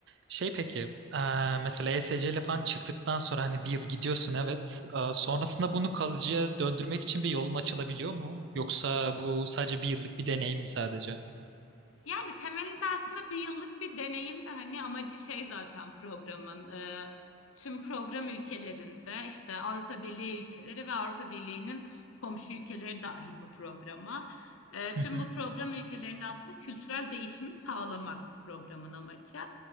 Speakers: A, on the right; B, on the left.
A: Şey peki, eee, mesela ESC ile falan çıktıktan sonra hani bir yıl gidiyorsun evet. Eee, sonrasında bunu kalıcıya döndürmek için bir yolun açılabiliyor mu? Yoksa bu sadece bir yıllık bir deneyim mi sadece?
B: Yani temelinde aslında bir yıllık bir deneyim ve hani amacı şey zaten programın e, tüm program ülkelerinde işte Avrupa Birliği ülkeleri ve Avrupa Birliği'nin komşu ülkeleri dahil bu programa. E,
A: Hı
B: tüm
A: hı.
B: bu program ülkelerinde aslında kültürel değişimi sağlamak programın amacı.